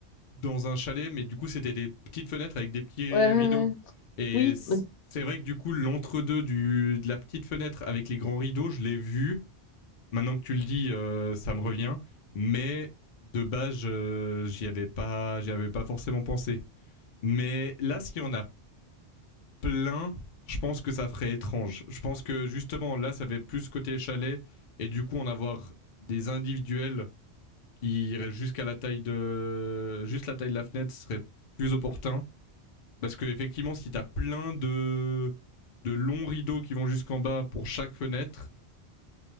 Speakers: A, on the left (about 50°); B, on the left (about 80°).
A: dans un chalet, mais du coup, c'était des petites fenêtres avec des petits
B: Ouais,
A: rideaux.
B: ouais, ouais.
A: Et
B: oui,
A: c'est
B: mais,
A: vrai que du coup, l'entre-deux du, de la petite fenêtre avec les grands rideaux, je l'ai vu. Maintenant que tu le dis, euh, ça me revient. Mais de base, je- j'y avais pas, j'y avais pas forcément pensé. Mais là, s'il y en a plein, je pense que ça ferait étrange. Je pense que justement, là, ça fait plus côté chalet, et du coup, en avoir des individuels qui iraient jusqu'à la taille de, juste la taille de la fenêtre serait plus opportun. Parce que effectivement, si t'as plein de, de longs rideaux qui vont jusqu'en bas pour chaque fenêtre,